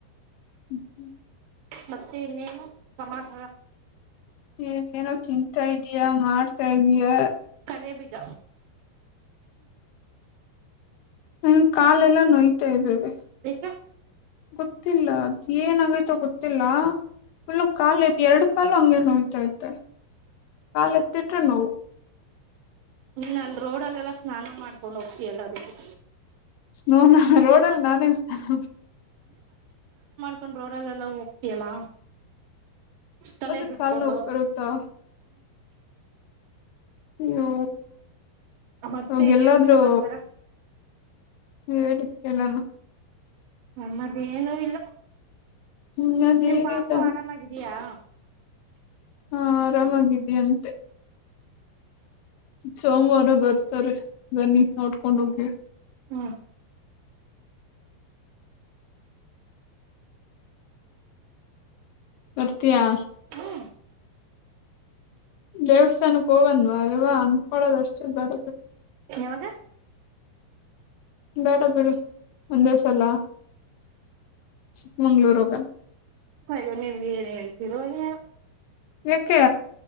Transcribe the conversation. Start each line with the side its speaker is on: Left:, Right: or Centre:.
Left: ಹ್ಮ್ <unintelligible>
Right: ಮತ್ತೆ ಇನ್ನೇನು ಸಮಾಚಾರ
Left: ನೀಗೇನೋ ತಿಂತಾ ಇದಯ ಮಾಡ್ತಾ ಇದಯ
Right: ಮನೆೆಯ ಬಗ
Left: ನನ್ ಕಾಲೆಲ್ಲ ನೋಯ್ತಾ ಇದ್ದೇವೆ
Right: ಅದಕ್ಕೆ
Left: ಗೊತ್ತಿಲ್ಲ ಅದ ಏನಾಗ ಗೊತ್ತಿಲ್ಲ ಫುಲ್ ಕಾ ಎರಡ್ ಕಾಲು ಹಂಗಗೆ ನೋಯತಾ ಇತೆ ಕಾಲ ತತ್ರ ನೋವು
Right: ನೀನ್ ಅಲ್ಲಿ ರೋಡಲ್ಲೆಲ್ಲ ಸ್ನಾನ ಮಾಡ್ಕೊಂಡು ಹೋಗ್ತಯಲ್ಲ ಅದಕ್ಕೆ
Left: ನೋನಾ ರೋಡಲ್ಲಿ ಸನಾ ಮಾಡ
Right: ಹಕೊಂಡ್ ೋರಲ್ಲೆಲ್ಲ ಹೋಗ್ತಿಯಲ್ಲ ತಲೆ
Left: ಅದಕ್
Right: ಬಿಟ್ಕೊಂಡು
Left: ಕಾಲ್ ನೋವು ಬರುತ್ತಾ ಹ
Right: ಮತ್ತೆ
Left: ಅವಾಗ
Right: ಇನ್ನೇನು
Left: ಎಲ್ಲಾದ್ರೂ
Right: ಸಮಾಚಾರ
Left: ಹ ಹೇಳ ಎಲ್ಲಾನ
Right: ನಮ್ಮದೇಏನು ಇಲ್ಲ
Left: ಇನ್ನದೇನಿಲ್ಲ
Right: ನಿಮ ಪಾಪು ಆರಾಮಾಗಿದಿಯಾ <inaudible>
Left: ಹಾ ಆರಾಮಾಗಿದ್ದೀ ಅಂತೆ ಸೋಮವಾರ ಬರ್ತಾರೆ ಬನ್ನಿ ನೋಡ್ಕೊಂಡ ಹೋಗಿ
Right: ಹ್ಮ್
Left: ಬರ್ತೀಯಾ
Right: ಹ್ಮ್
Left: ದೇವಸ್ಥಾನಕ್ಕೆ ಹೋಗನ್ವಾ ಇವ ಅಂಕೋಲಾಡಡೋದ ಅಷ್ಟೇ ಬಡ
Right: ಯಾವಾಗ
Left: ಬೇಡ ಬಿೇಡು ಒಂದೇ ಸಲ ಚಿಕ್ಕಮಂಗಳೂರಗೂಗನ
Right: ಅಯ್ಯೋ ನೀವ ಏನ್ ಹೇಳ್ತೀರೋ ಏ
Left: ಯಕ